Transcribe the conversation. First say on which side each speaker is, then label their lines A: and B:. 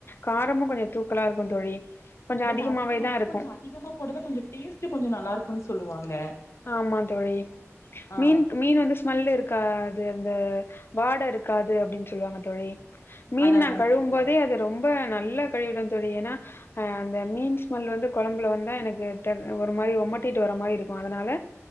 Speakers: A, on the left; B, on the left.
A: காரமு கொஞ்சோ தூக்கலா இருக்கு தோழி கொஞ்சம்
B: பட்டு
A: அதிகமாவே
B: அதுக்கு வந்து
A: தான் இருக்கும்.
B: கொஞ்சோ அதிகமா போட்டா தா கொஞ்சோ டேஸ்ட் கொஞ்சோ நல்லா இருக்குன் சொல்லுவாங்க
A: ஆமா தோழி
B: ஆ
A: மீன்கு மீன் வந்து ஸ்மல்லு இருக்காது அந்த வாட இருக்காது அப்டின் சொல்லுவாங்க தோழி மீன்
B: அதா
A: நா
B: அதாங்க
A: கழுவும்போதே
B: சிஸ்டர்
A: அது ரொம்ப நல்லா கழுவிடுவே தோழி ஏனா அ அந்த மீன் ஸ்மெல் வந்து கொழம்புல வந்தா எனக்கு ட ஒரு மாரி ஒமட்டிட்டு வர மாரி இருக்கு அதனால